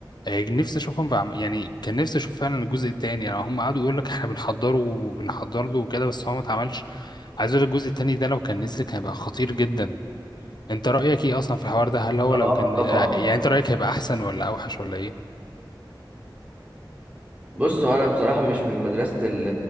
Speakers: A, on the left (about 60°); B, on the right (about 15°).
A: آه، نفسي اشوفهم في عم... يعني كان نفسي اشوف فعلا الجزء الثاني يعني هم قعدوا يقول لك احنا بنحضره وبنحضر له وكده بس هو ما اتعملش عايز اقول لك الجزء الثاني ده لو كان نزل كان هيبقى خطير جدا انت رأيك ايه اصلا في الحوار ده هل هو
B: اه
A: لو كان
B: طبعا
A: يعني انت رأيك هيبقى احسن ولا اوحش ولا ايه
B: بص هو انا بصراحه مش من مدرسه ال-